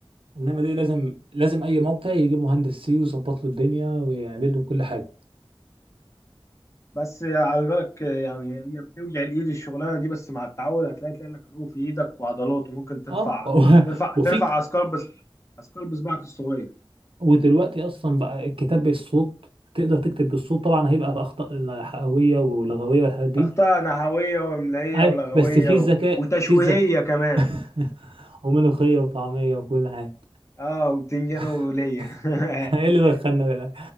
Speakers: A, on the right (about 70°); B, on the left (about 30°).
A: انما دي لازم لازم اي موقع يجيب مهندس سي ويظبط له الدنيا ويعمل له كل حاجه
B: بس على بالك يعني هي بتوجع الايد الشغلانه دي بس مع التعود هتلاقي تلاقي لك عروق في ايدك وعضلات وممكن ترفع
A: اه
B: ترفع
A: <laughs> وفي
B: ترفع
A: ك-
B: اثقال بس اثقال بصبعك الصغير
A: ودلوقتي اصلا بقى الكتاب بالصوت تقدر تكتب بالصوت طبعا هيبقى في اخطاء حقويه ولغويه والحاجات دي
B: اخطاء نحويه واملائيه
A: اي
B: ولغويه
A: بس في الذكاء
B: و... وتشويهيه
A: في الذكاء
B: كمان
A: <laughs> وملوخيه وطعميه وكل حاجه
B: اه وبتنجان
A: <laughs>
B: وليه
A: احنا ايه اللي
B: <laughs>
A: دخلنا بقى